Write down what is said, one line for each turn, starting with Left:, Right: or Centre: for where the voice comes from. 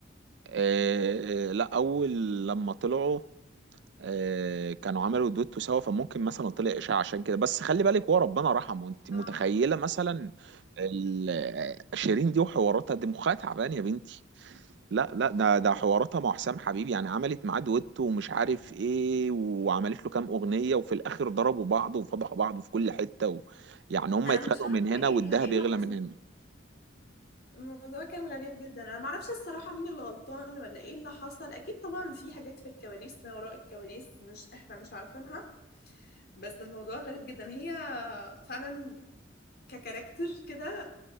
Right: آه آه، لا اول لما طلعوا آه كانوا عملوا دويتو سوا فممكن مثلا طلع اشاعه عشان كده بس خلي بالك هو ربنا رحمه انت متخيله
Left: اه
Right: مثلا ال- شيرين دي وحواراتها دي مخها تعبان يا بنتي لا لا ده ده حواراتها مع حسام حبيب يعني عملت معاه دويتو ومش عارف ايه وعملت له كام اغنيه وفي الاخر ضربوا بعض وفضحوا بعض في كل حته و... يعني هم
Left: انا
Right: يتخانقوا
Left: مش عارفه
Right: من هنا
Left: ايه
Right: والدهب
Left: ده ايه اللي
Right: يغلى
Left: حصل
Right: من هنا
Left: الموضوع كان غريب جدا انا معرفش الصراحه مين اللي غلطان ولا ايه اللي حصل اكيد طبعا في حاجات في الكواليس ما وراء الكواليس مش احنا مش عارفينها بس الموضوع غريب جدا هي فعلا ككاركتر كده